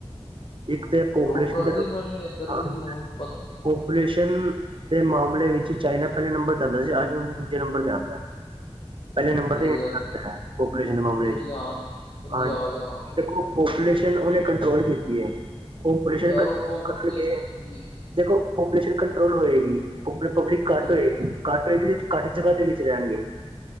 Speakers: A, on the right (about 50°); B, on the left (about 55°).
A: ਇੱਕ ਤਾਂ ਪੋਪੂਲੇਸ਼ਨ
B: ਰੋਕ ਕਰਨੀ
A: ਦੇ <unintelligible>
B: ਪੈਣੀ ਹੈ ਇੱਧਰ ਵੀ ਹੁਣ ਪਤਾ
A: ਪਪੂਲੇਸ਼ਨ ਦੇ ਮਾਮਲੇ ਵਿੱਚ ਚਾਈਨਾ ਪਹਿਲੇ ਨੰਬਰ ਤੇ ਆਂਦਾ ਸੀ ਅੱਜ ਉਹ ਦੂਜੇ ਨੰਬਰ ਤੇ ਆਂਦਾ। ਪਹਿਲੇ ਨੰਬਰ
B: ਸਹੀ
A: ਤੇ ਇੰਡੀਆ
B: ਗੱਲ
A: ਆਂਦਾ
B: ਹੈ
A: ਪਾਪੂਲੇਸ਼ਨ ਦੇ ਮਾਮਲੇ
B: ਇੰਡੀਆ
A: 'ਚ
B: ਇੰਡੀਆ
A: ਹਾਂਜੀ
B: ਆ ਗਿਆ
A: ਦੇਖੋ ਪੋਪੂਲੇਸ਼ਨ ਉਹਨੇ ਕੰਟਰੋਲ ਕੀਤੀ ਏ, ਪਾਪੂਲੇਸ਼ਨ
B: ਯਾਰ
A: ਕਟਗੇ
B: ਉਹ ਪੋਪੂ ਜੀ
A: ਦੇਖੋ ਪਾਪੂਲੇਸ਼ਨ ਕੰਟਰੋਲ ਹੋਏਗੀ, ਪਬ ਪਬਲਿਕ ਘੱਟ
B: ਹਾਂਜੀ
A: ਹੋਏਗੀ ਘੱਟ ਰੇਟ ਵਿੱਚ ਘੱਟ ਜਗ੍ਹਾ ਦੇ ਵਿੱਚ ਰਹਿਣਗੇ।